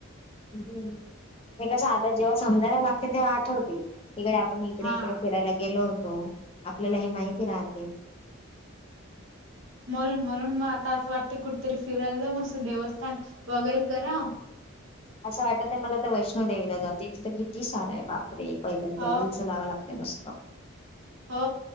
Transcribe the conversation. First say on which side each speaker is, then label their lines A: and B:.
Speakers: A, on the left (about 25°); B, on the right (about 65°).
A: हम्म, ते कसं आता जेव्हा समजायला लागते तेव्हा आठवते. इकडे आपण इकडे
B: हा
A: इकडे फिरायला गेलो हो तो, आपल्याला हे माहिती राहते.
B: म्हणून, म्हणून मग आता असं वाटतं, कुठेतरी फिरायला जा, मस्त देवस्थान वगैरे करा
A: असं वाटत आहे मला तर वैष्णो देवीला जाऊं, ते तिथं किती सार आहे बाप पैदल
B: हो
A: पैदल चलावं लागतंय मस्त.
B: हो